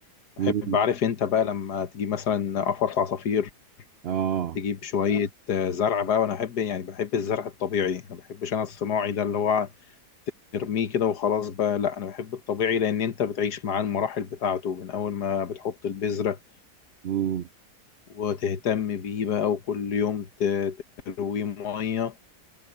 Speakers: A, on the left; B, on the right.
A: بحب
B: مم.
A: عارف انت بقى لما تجيب مثلا قفص عصافير
B: اه
A: تجيب شويه آه، زرع بقى وانا احب يعني بحب الزرع الطبيعي ما بحبش انا الصناعي ده اللي هو ترميه كده وخلاص بقى لا انا بحب الطبيعي لان انت بتعيش معاه المراحل بتاعته من اول ما بتحط البذره
B: مم.
A: وتهتم بيه بقى وكل يوم ت- ترويه ميه